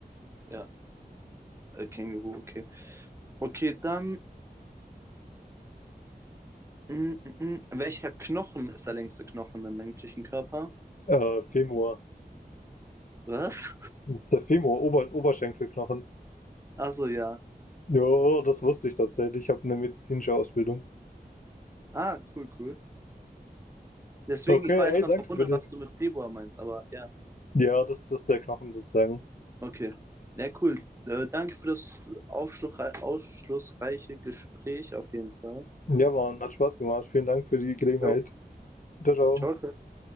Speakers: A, on the right; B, on the left.
A: Ja, äh, Känguru, okay. Okay, dann, mm, mm, mm. welcher Knochen ist der längste Knochen im menschlichen Körper?
B: Äh, Femur.
A: Was?
B: Das ist der Femur, Ober Oberschenkelknochen.
A: Achso, ja.
B: Ja, das wusste ich tatsächlich. Ich habe eine medizinische Ausbildung.
A: Ah, cool, cool. Deswegen,
B: Okay,
A: ich war erstmal
B: ey, danke
A: verwundert,
B: für das.
A: was du mit Februar meinst, aber ja.
B: Ja, das, das ist der Knochen sozusagen.
A: Okay. Ja, cool. Äh, danke für das aufschlussrei- aufschlussreiche Gespräch auf jeden Fall.
B: Ja, Mann, hat Spaß gemacht. Vielen Dank für die Gelegenheit.
A: Jo,
B: widerau
A: ciao. ciao.